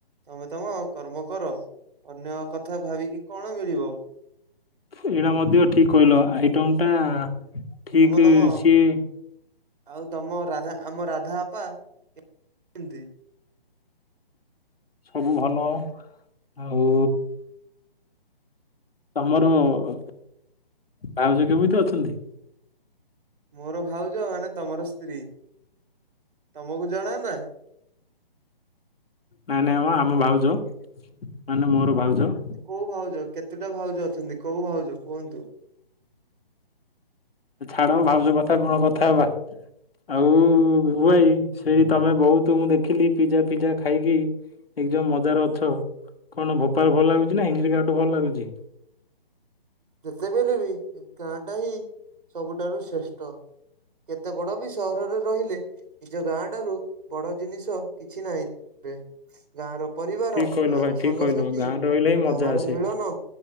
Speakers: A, on the right (about 60°); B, on the left (about 80°).
A: ତମେ ତମ କର୍ମ କର ଅନ୍ୟ କଥା ଭାବିକି କଣ ମିଳିବ।
B: ଏଇଟା ମଧ୍ୟ ଠିକ କହିଲ। ଆଇଟମ ଟା ଠିକ୍
A: ତମ ତମ
B: ସିଏ
A: ଆଉ ତମ ରାଧା ଆମ ରାଧାଅପା କେମିତି?
B: ସବୁ ଭଲ। ଆଉ ତମର ଅ ଭାଉଜ କେମିତି ଅଛନ୍ତି?
A: ମୋର ଭାଉଜ ମାନେ ତମର ସ୍ତ୍ରୀ, ତମକୁ ଜଣା ନାଁ।
B: ନାଁ ନାଁ ମ ଆମ ଭାଉଜ ମାନେ ମୋର ଭାଉଜ।
A: କୋଉ ଭାଉଜ କେତୋଟା ଭାଉଜ ଅଛନ୍ତି କୋଉ ଭାଉଜ କୁହନ୍ତୁ?
B: ଛାଡ ଭାଉଜ କଥା କଣ କଥା ହବା। ଆଉ ବିଭୁ ଭାଇ ସେଇ ତମେ ବହୁତ ମୁଁ ଦେଖିଲି ପିଜା ଫିଜା ଖାଇକି ଏକଦମ ମଜାରେ ଅଛ। କଣ ଭୋପାଳ ଭଲ ଲାଗୁଛି? ନା <unintelligible> ଭଲ ଲାଗୁଛି?
A: ଯେତେବେଳେ ବି ଗାଁ ଟା ହିଁ ସବୁଠାରୁ ଶ୍ରେଷ୍ଠ। କେତେ ବଡ ବି ସ ହରରେ ରହିଲେ ନିଜ ଗାଁ ଠାରୁ ବଡ ଜିନିଷ କିଛି ନାହିଁ। ଗାଁ ର ପରିବାର
B: ଠିକ କହିଲ
A: ଗାଁ
B: ଭାଇ
A: ର
B: ଠିକ
A: ସାଙ୍ଗସାଥି
B: କହିଲ ଗାଁରେ ରହିଲେ ହିଁ ମଜା
A: ଗାଁର
B: ଆସେ
A: ମିଳନ।